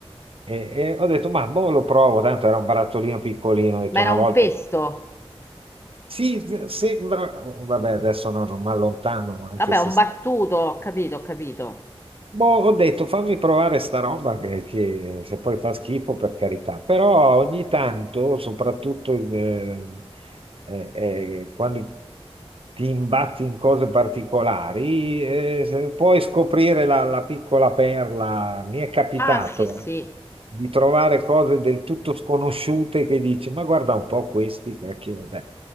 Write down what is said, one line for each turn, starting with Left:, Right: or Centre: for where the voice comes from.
Right: e, e ho detto, ma boh, lo provo, tanto era un barattolino piccolino, ho detto
Left: Ma era
Right: una
Left: un
Right: volta,
Left: pesto?
Right: sì, v- sembra, oh, vabbè, adesso no, non mi allontano, anche
Left: Vabbè,
Right: se
Left: un
Right: s-
Left: battuto, ho capito, ho capito.
Right: Boh, ho detto fammi provare sta roba che, che se poi fa schifo per carità, però ogni tanto, soprattutto in, eh, eh, eh, quando ti imbatti in cose particolari, eh, se puoi scoprire la, la piccola perla. Mi è capitato
Left: Ah, sì, sì.
Right: di trovare cose del tutto sconosciute che dici, ma guarda un po' questi, cacchio, vabbè.